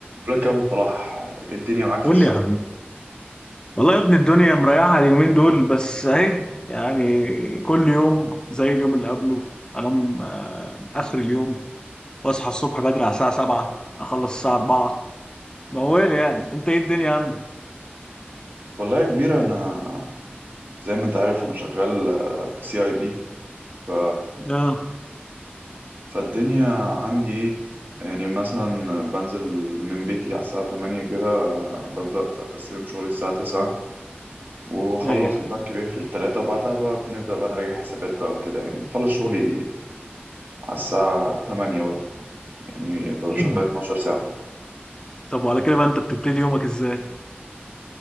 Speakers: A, on the right; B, on the left.
A: بقول لك يا ابو صلاح إيه الدنيا معاك في
B: قول
A: الشغل
B: لي يا حبيبي والله يا ابني الدنيا مريحة اليومين دول بس اهي يعني كل يوم زي اليوم اللي قبله انام آه، اخر اليوم واصحى الصبح بدري على الساعة 7 اخلص الساعة 4 موال يعني انت ايه الدنيا عندك؟
A: والله يا كبير انا زي ما انت عارف انا شغال آه، في سي اي بي ف...
B: اه
A: فالدنيا عندي ايه يعني مثلا بنزل من بيتي على الساعة 8 كده آه، ببدأ بستلم شغلي الساعة 9 وبخلص
B: ايوه
A: البنك
B: ايوه
A: بيقفل 3 وبعدها بقى بنبدأ بقى نراجع حسابات بقى وكده يعني بخلص شغلي على الساعة 8 برضه يعني ببقى
B: <clears throat>
A: شغال 12 ساعة
B: طب وعلى كده بقى انت بتبتدي يومك ازاي؟